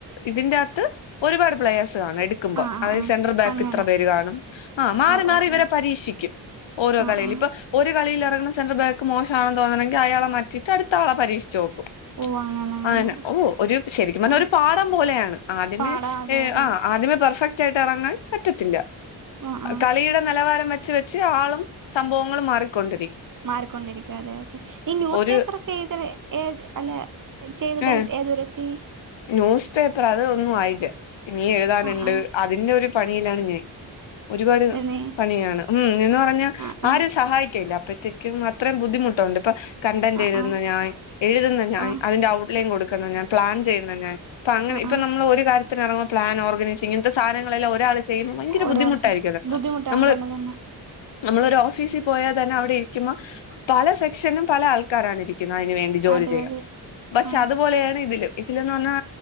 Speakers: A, on the left (about 65°); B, on the right (about 40°).
A: ഇതിന്റെ അകത്ത് ഒരുപാട് പ്ലയേഴ്‌സ് കാണും എട് ക്കുമ്പോ,
B: ആഹ് ആഹ് ആഹ്
A: അതായത്
B: ആഹ്
A: സെൻട്രൽ ബാക്ക്
B: അങ്ങനെ
A: ഇത്ര പേര് കാണും, ആ മാറി
B: ഓഹ്
A: മാറി
B: ഓഹ്
A: ഇവരെ
B: ഓഹ്
A: പരീക്ഷിക്കും. ഓരോ
B: ആഹ്
A: കളിയില്
B: ആഹ്
A: ഇപ്പൊ ഒരു കളിയില് ഇറങ്ങണ സെന്റർ ബാക്ക് മോശമാണെന്ന് തോന്നണെങ്കി അയാള മാറ്റിയിട്ട് അടുത്താളെ പരീക്ഷച്ച് നോക്കും.
B: ഓഹ് അങ്ങനെ. അങ്ങനെ
A: അതന്നെ ഓ ഒരു ശരിക്കും പറഞ്ഞ
B: ആഹ്
A: ഒരു പാടം പോലെയാണ്, ആദ്യമേ
B: പാടാ അതെ
A: മേ
B: അതെ
A: ആഹ് ആദ്യമേ പെർഫക് ആയിട്ട് ഇറങ്ങാൻ പറ്റത്തില്ല,
B: ആഹ് ആഹ്
A: കളിയുടെ നിലവാരം വെച്ച് വെച്ച് ആളും സംഭവങ്ങളും മാറിക്കൊണ്ട്
B: മാറിക്കൊണ്ടിരിക്കും, അതെ അതെ ഈ ന്യൂസ്
A: ഒരു
B: പേപ്പർ ഒക്കെ ഇത് അല്ലാ. ചെയ്തത്
A: ഏഹ്
B: ഏതുവരെയെത്തി?
A: ന്യൂസ് പേപ്പർ അത് ഒന്നും ആയില്ല, ഇനീ എഴുതാനുണ്ട്
B: ആഹ് ആഹ്
A: അതിന്റെ ഒരു പണിയിലാണ് ഞാൻ. ഒരുപാട്
B: തന്നെ
A: പണിയാണ് ഉം, എന്ന് പറഞ്ഞാ
B: ആഹ് ആഹ്
A: ആരും സഹായിക്കല്ല അപ്പത്തേക്ക് അത്രം ബുദ്ധിമുട്ടുണ്ട് ഇപ്പൊ കണ്ടന്റ്
B: ആഹ്
A: എഴുതുന്ന
B: ആഹ്
A: ഞാൻ എഴുതുന്ന ഞാൻ
B: ആഹ്
A: അതിന്റെ ഔട്ട്ലൈൻ കൊടുക്കുന്ന ഞാൻ പ്ലാൻ ചെയ്യുന്ന ഞാൻ അപ്പൊ അങ്ങനെ
B: ആഹ്
A: ഇപ്പ
B: ആഹ്
A: നമ്മള് ഒരു കാര്യ ത്തിന് ഇറങ്ങുമ്പോ പ്ലാൻ ഓർഗനൈസിംഗ് ഇങ്ങൻത്തെ സാധനങ്ങളെല്ലാം ഒരാള് ചെയ്യുമ്പോൾ ഭയങ്കര
B: ഒരാൾ
A: ബുദ്ധിമുട്ടായിരിക്കും അത്
B: ബുദ്ധിമുട്ടാണ്
A: നമ്മള്
B: തന്നെ തന്നെ
A: നമ്മളൊരു ഓഫീസി പോയാൽ തന്നെ അവടെ ഇരിക്കുമ്പോ പല സെക്ഷനും പല ആൾക്കാരാണ് ഇരിക്കുന്നത് അയ്ന് വേണ്ടി ജോലി
B: അതെ
A: ചെയ്യാൻ,
B: അതെ
A: പക്ഷെ
B: ആഹ്
A: അതുപോലെയാണ് ഇതിലും. ഇതെന്ന് പറഞ്ഞാ